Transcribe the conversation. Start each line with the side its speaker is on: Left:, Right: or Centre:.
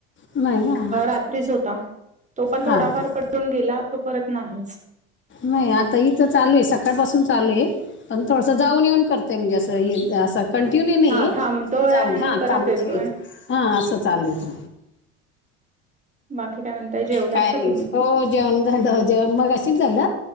Left: नाही का आज
Right: रात्रीच होता तो पण
Left: हा
Right: थोडाफार
Left: का?
Right: पडुन गेला तो परत नाहीच.
Left: नाही आता इथ चालू आहे सकाळ पाासून चालू आहे. पण थोडसं जाऊन, येऊन करते मी अस कंटिन्यू नाही
Right: हां,
Left: आहे
Right: थांबतोय
Left: जाऊन,
Right: आणि परत
Left: जाऊन
Right: येतोय.
Left: येऊ असं चालत.
Right: बाकी काय म्हणताय जेवलात
Left: काय
Right: का
Left: नाय
Right: तुम्ही?
Left: हो जेवण झाल, जेवण मगाशीच झालं.